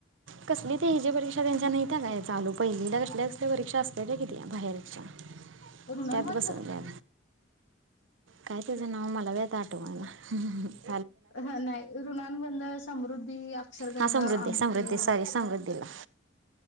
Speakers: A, on the right; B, on the left.
A: कसली ते हेजी परीक्षा त्यांच्या नाही काय चालू पहिली कसल्या परीक्षा असतल्या कि त्या बाहेरच्या
B: ऋणानुबंध
A: त्यात बसवल्या काय त्याचं नाव मला बी आठवना-
B: हा नाही ऋणानुबंद, समृद्धी, अक्षरगंगा,
A: हां समृद्धी
B: अंकूर
A: समृद्धी सॉरी समृद्धीला